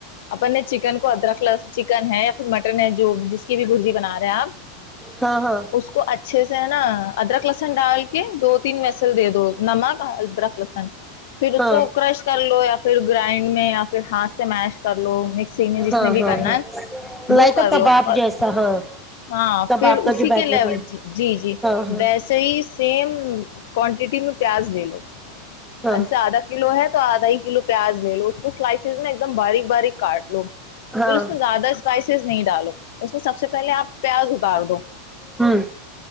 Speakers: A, on the left; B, in the centre.
A: اپ چکن کو ادرک چکن ہے یا پھر مٹن ہے جو جس کی بھی بزی بنا رہے ہیں آپ
B: ہاں ہاں ہاں
A: اس کو اچ چیسے ہےا ادر ک لسن ڈاال دو تین میسل دے دو نمک رکھ سن پھر اس
B: ہاں
A: کو کرش کر لو یا پھر گرائنڈ میں آپ پھر ہاتھ سے میش کر لو مکس میں جس
B: ہاں
A: میں
B: ہاں
A: بھی
B: ہاں
A: کرنا
B: ہاں
A: ہے
B: لائک
A: وہ کر
B: کباب
A: لو اور
B: جیسا ہاں
A: ہاں
B: کباب
A: پھر
B: کا
A: اسی
B: جو بیٹر
A: کے لی
B: بن
A: جی جی
B: ہاں ہاں
A: ویسے ہی سیم کوانٹیٹی میں پیاز لے لو
B: ہاں
A: جیسے آدھا کلو ہے تو آدھا ہی کلو پیاز لے لو اس کو سلائسیز میں ایک دم باریک باریک کاٹ لو
B: ہاں
A: پھر اس میں زیادہ اسپائسیز نہیں ڈالو اس میں سب سے پہلے آپ پیاز اتار دو
B: ہوں